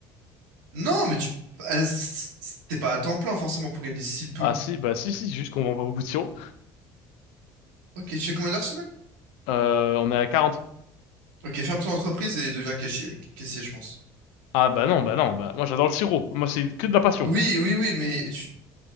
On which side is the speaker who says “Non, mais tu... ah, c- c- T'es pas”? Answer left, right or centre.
Right